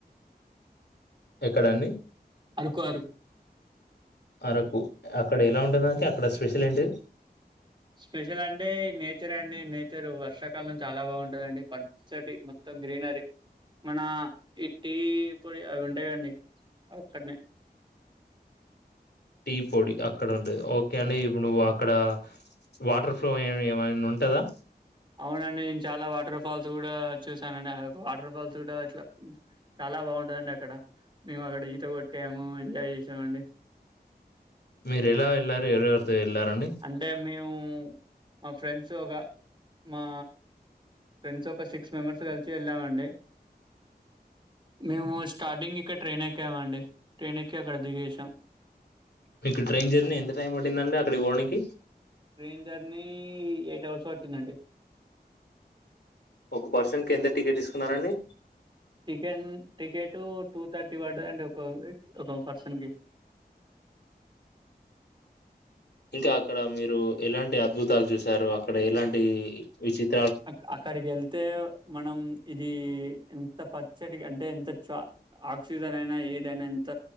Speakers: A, on the left (about 80°); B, on the right (about 30°).
A: ఎక్కడన్నన్ని
B: కురుకు
A: అరకు అక్కడ ఎలా ఉంటుందండి అక్కడ స్పెషల్ ఏంటి
B: స్పెషల్ అంటే నేచర్ అండి నేచరు వర్షాకాలం చాలా బాగుంటదండి పసటి మొత్తం గ్రీనరీ మన ఈ టీ పొడి అవి ఉండేయంండి ఒక్కడనే
A: టీ పొడి అక్కడ ఉంటది ఓకే అండి ఇప్పుడు నువ్ అక్కడ వాటర్ ఫ్లో ఏమైనా ఉంటందా
B: అవునండి నేను చాలా వాటర్ ఫాల్స్ కూడా చూశానండి వాటర్ ఫాల్స్ కూడా ఇట్లా చాలా బాగుంటుందండి అక్కడ మేము అక్కడ ఈత కొట్టాము ఎంజాయ్ చేసామండి
A: మీరు ఎలా వెళ్ళారు ఎవరెవరితో వెళ్ళారండి
B: అంటే మేము మా ఫ్రెండ్స్ ఒక మా ఫ్రెండ్స్ ఒక సిక్స్ మెంబెర్స్ కలిసి వెళ్ళామండి మేము స్టార్టింగ్ ఇక్కడ ట్రైన్ ఎక్కామండి ట్రైన్ ఎక్కి అక్కడ దిగసాం
A: మీకు ట్రైన్ జర్నీ ఎంత టైం పడిందండి అక్కడికి పోవడానికి
B: ట్రైన్ జర్నీ ఎయిట్ అవర్స్ వచ్చిందండి
A: ఒక పర్సన్ కి ఎన్ని టికెట్ తీసుకున్నారంండి
B: టికెన్ టికెట్ టూ థర్టీ పడ్ంది అండి ఒక ఒక పర్సన్ కి
A: ఇంకా అక్కడ మీరు ఎలాంటి అద్భుతాలు చూశారు అక్కడ ఎలాంటి విచిత్ర
B: అ అక్కడికి వెళ్తే మనం ఇది ఎంత పచ్చడి అంటే ఎంత చ ఆక్సిజన్ అయినా ఏదైనా ఎంత